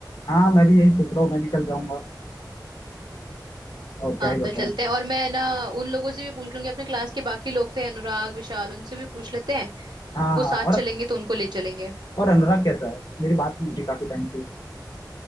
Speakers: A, on the left; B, on the right.
A: हाँ मैं भी यही सोच रहा हूँ मैं भी कल जाऊंगा और क्या
B: हाँ
A: ही बताऊं
B: कल चलते हैं और मैं ना उन लोगों से भी पूछ लूंगी अपने क्लास के बाकी लोग थे अनुराग विशाल उनसे भी पूछ लेते हैं
A: हाँ
B: वो
A: हाँ
B: साथ
A: और
B: चलेंगे तो उनको ले चलेंगे
A: और अनुराग कैसा है मेरी बात नहीं होती काफी टाइम से